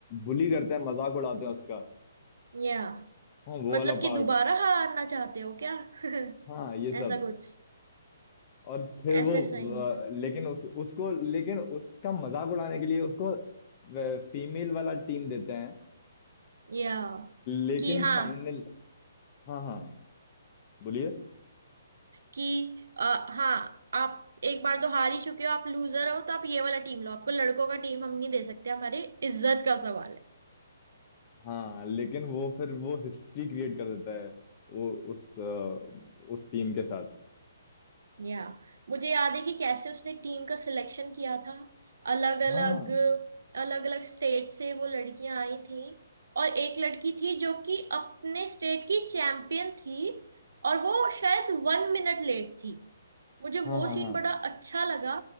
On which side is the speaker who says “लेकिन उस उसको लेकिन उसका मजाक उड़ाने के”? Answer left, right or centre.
Left